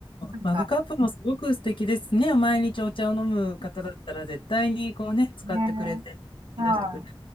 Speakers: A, on the right; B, on the left.
A: なんか、
B: マグカップもすごく素敵ですね。毎日お茶を飲む方だったら絶対にこうね、使ってくれて、
A: ね、はい。
B: 出してくれ